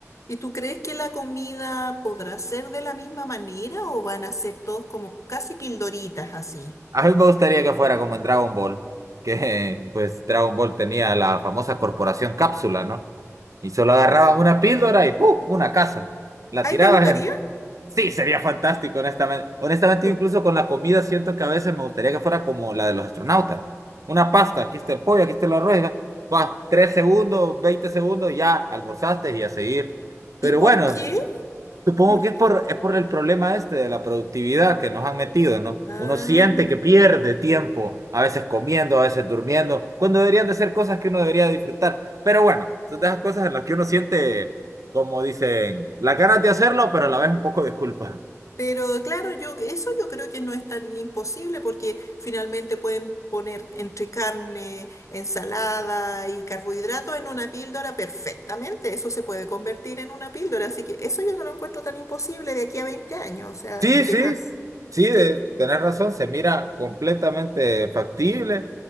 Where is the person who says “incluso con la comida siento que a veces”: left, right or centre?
Right